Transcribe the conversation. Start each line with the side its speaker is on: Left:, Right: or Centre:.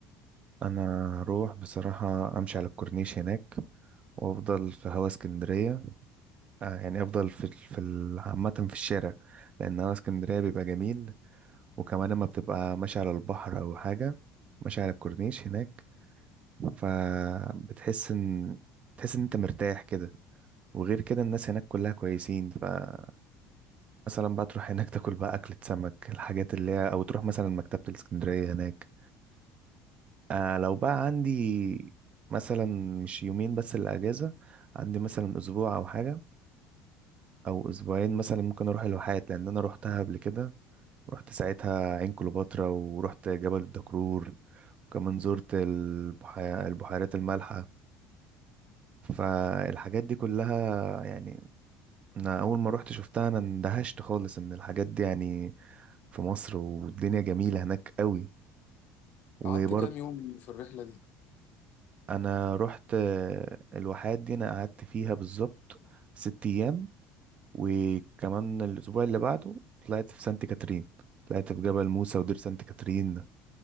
Right: انا هروح بصراحة امشي على الكورنيش هناك وافضل في هوا اسكندرية آه، يعني افضل في في ال- عامة في الشارع لان هوا اسكندرية بيبقى جميل وكمان لما بتبقى ماشي على البحر او حاجه ماشي على الكورنيش هناك فبتحس ان تحس ان انت مرتاح كده وغير كده الناس هناك كلها كويسين فمثلا بقى تروح هناك <laughs> تاكل بقى أكلة سمك الحاجات اللي هي أو تروح مثلا مكتبة الإسكندرية هناك آه لو بقى عندي مثلا مش يومين بس الأجازة عندي مثلا أسبوع أو حاجة أو أسبوعين مثلا ممكن أروح الواحات لأن أنا روحتها قبل كده رحت ساعتها عين كليوباترا ورحت جبل الدكرور وكمان زرت البحي... البحيرات المالحة فالحاجات دي كلها يعني أنا أول ما رحت شفتها أنا اندهشت خالص إن الحاجات دي يعني في مصر والدنيا جميلة هناك قوي وبرضه
Left: قعدت كام يوم في الرحلة دي
Right: أنا رحت آه، الواحات دي أنا قعدت فيها بالظبط ست أيام وكمان الأسبوع اللي بعده طلعت في سانت كاترين طلعت في جبل موسى ودير سانت كاترين